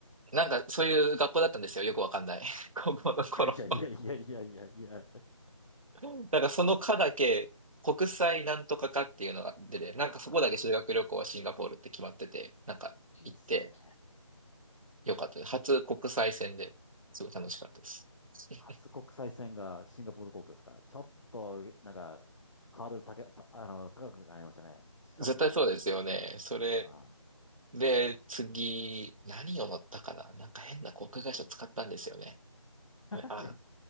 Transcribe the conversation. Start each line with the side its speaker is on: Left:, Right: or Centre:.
Right: なんかそういう学校だったんですよ。よくわかんない。<laughs> 高校の頃。
Left: はい、いやいやいやいやいやいや。
Right: なんかその科だけ、国際なんとか科っていうのが出て、なんかそこだけ修学旅行はシンガポールって決まってて、
Left: ああ、
Right: なんか行って
Left: いいっすね。
Right: よかったです。初国際線ですごい楽しかったです。<laughs>
Left: 初国際線がシンガポール航空ですから、ちょっとなんか、ハードル高け、たあの、高くなりましたね。しょっぱながら。
Right: 絶対そうですよね。それ
Left: あ
Right: で、次、何を乗ったかななんか変な航空会社使ったんですよね。
Left: ー
Right: あ、